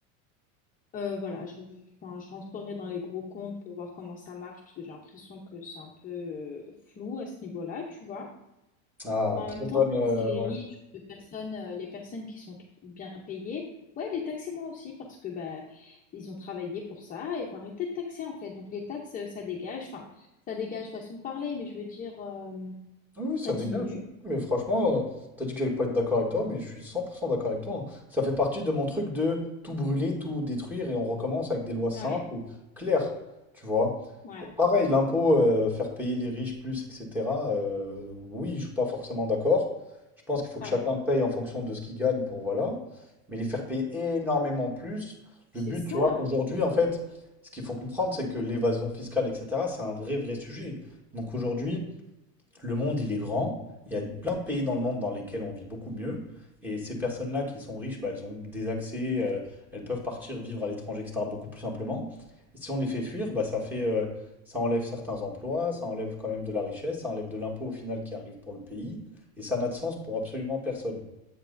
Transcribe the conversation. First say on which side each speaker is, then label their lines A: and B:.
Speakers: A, on the left; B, in the centre.
A: euh, voilà, je, rev- enfin, je rentrerai dans les gros comptes pour voir comment ça marche, parce que j'ai l'impression que c'est un peu euh, flou à ce niveau-là, tu vois.
B: Ah,
A: Mais en
B: très
A: même
B: bonne.
A: temps, taxer
B: euh,
A: les
B: ouais.
A: riches, les personnes, euh, les personnes qui sont t- bien payées, ouais, les taxer moi aussi, parce que bah, ils ont travaillé pour ça, et il faut arrêter de taxer, en fait. Donc les taxes, euh, ça dégage, enfin, ça dégage façon de parler, mais je veux dire, euh,
B: Oui,
A: ça
B: ça
A: diminue.
B: dégage. Mais franchement, euh, t'as dit que j'allais pas être d'accord avec toi, mais je suis 100% d'accord avec toi. hein. Ça fait partie de mon truc de tout brûler, tout détruire, et on recommence avec des lois
A: Ouais,
B: simples, claires, tu vois.
A: ouais,
B: Euh, Pareil, l'impôt, euh, faire payer les riches plus, etc. euh, oui, je suis pas forcément d'accord. Je pense qu'il faut
A: pareil.
B: que chacun paye en fonction de ce qu'il gagne pour voilà. Mais les faire payer énormément plus,
A: C'est
B: le but,
A: ça.
B: tu vois, aujourd'hui, en fait, ce qu'il faut comprendre, c'est que l'évasion fiscale, etc., c'est un vrai, vrai sujet. Donc aujourd'hui, le monde, il est grand. Il y a plein de pays dans le monde dans lesquels on vit beaucoup mieux. Et ces personnes-là qui sont riches, bah, elles ont des accès, euh, elles peuvent partir vivre à l'étranger, etc., beaucoup plus simplement. Et si on les fait fuir, bah, ça fait, euh, ça enlève certains emplois, ça enlève quand même de la richesse, ça enlève de l'impôt au final qui arrive pour le pays. Et ça n'a de sens pour absolument personne.